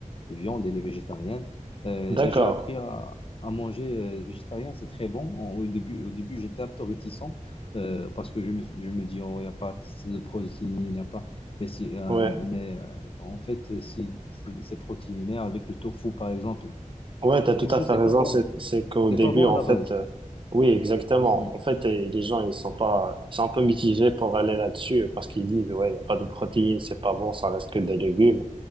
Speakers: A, on the left (about 45°); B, on the right (about 40°).
A: de viande, elle est végétarienne. Euh,
B: D'accord.
A: et j'ai appris à, à manger euh, végétarien, c'est très bon. En- au début, au début j'étais un peu réticent euh, parce que je me, je me dis, oh, il n'y a pas assez de protéines, il n'y a pas. Mais, si, euh,
B: Ouais.
A: mais euh, en fait, si, c'est c'est protéiné avec le tofu, par exemple.
B: Ouais, t'as
A: Le
B: tout
A: tofu,
B: à fait
A: c'est
B: raison.
A: pas bon.
B: C'est, c'est qu'au début,
A: C'est pas bon
B: en
A: à la
B: fait,
A: base.
B: euh, oui, exactement.
A: Hmm.
B: En fait, eh, les gens, ils sont pas, ils sont un peu mitigés pour aller là-dessus euh, parce qu'ils disent, ouais, il y a pas de protéines, c'est pas bon, ça reste que des légumes.